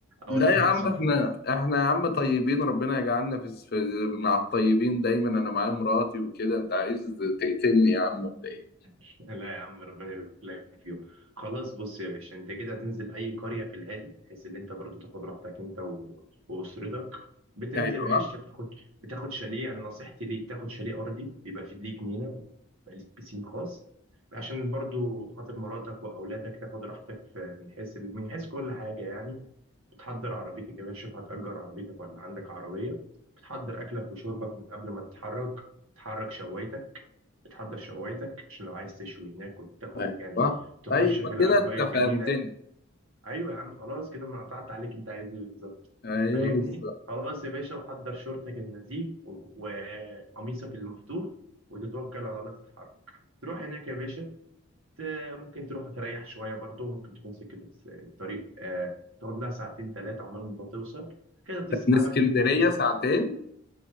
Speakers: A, on the right; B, on the left.
A: أوجهك
B: لا يا عم
A: صح
B: احنا احنا يا عم طيبين ربنا يجعلنا في, الس- في مع الطيبين دايما انا معايا مراتي وكده انت عايز تقتلني يا عم ولا ايه؟
A: <laughs> لا يا عم ربنا يبارك لك فيهم خلاص بص يا باشا انت كده هتنزل اي قريه في الهادي بحيث ان انت برضو تاخد راحتك انت و... واسرتك بتنزل
B: ايوه
A: يا باشا بتاخد بتاخد شاليه يعني نصيحتي ليك تاخد شاليه ارضي بيبقى فيه ليك جنينه ويبقى ليك بسين خاص عشان برضو خاطر مراتك واولادك تاخد راحتك في... من حيث ال- من حيث كل حاجه يعني بتحضر عربيتك يا باشا شوف هتأجر عربيتك ولا عندك عربية بتحضر أكلك وشربك من قبل ما تتحرك بتحرك شوايتك بتحضر شوايتك عشان لو عايز تشوي هناك وتاخد
B: ايوه
A: يعني تخش
B: ايوه
A: في الأجواء
B: كده انت
A: الجميلة
B: فهمتني
A: أيوة يا عم خلاص كده أنا قطعت عليك أنت عايز إيه بالظبط
B: ايوه
A: فاهمني
B: بالظبط
A: خلاص يا باشا وحضر شورتك النزيه و- وقميصك المفتوح وتتوكل على الله تتحرك تروح هناك يا باشا ت- ممكن تروح تريح شوية برضه ممكن تكون سكة الس- الطريق آه، تقعد لها ساعتين ثلاثة عمال ما توصل كده تصحى
B: من اسكندريه
A: بقى تنزل إيه
B: ساعتين